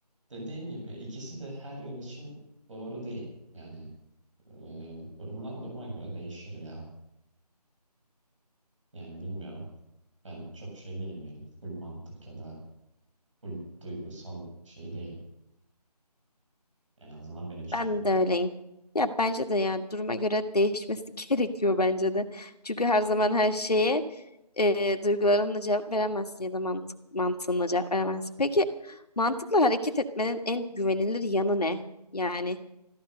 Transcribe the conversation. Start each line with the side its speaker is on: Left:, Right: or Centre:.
Right: dediğim gibi ikisi de her yol için doğru değil. Yani e, durumdan duruma göre değişir ya. Yani bilmiyorum. Ben çok şey değilim yani. Full mantık ya da full duygusal şey değilim. En azından benim için
Left: Ben
Right: öyle.
Left: de öyleyim. Ya bence de yani duruma göre değişmesi <laughs> gerekiyor bence de. Çünkü her zaman her şeye e, duygularınla cevap veremezsin ya da mantık, mantığınla cevap veremezsin. Peki mantıkla hareket etmenin en güvenilir yanı ne? Yani